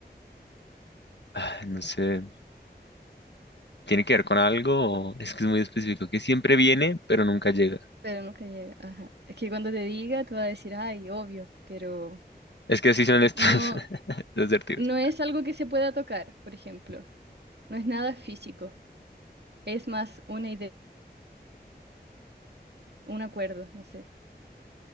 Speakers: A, on the left; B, on the right.
A: ah, no sé. tiene que ver con algo, es que es muy específico, que siempre viene, pero nunca llega.
B: pero nunca llega. Ajá. Es que cuando te diga, tú vas a decir, ay, obvio, pero
A: Es que así son estos
B: no,
A: <laughs> los asertivos.
B: no es algo que se pueda tocar, por ejemplo. No es nada físico, es más una idea, un acuerdo, no sé.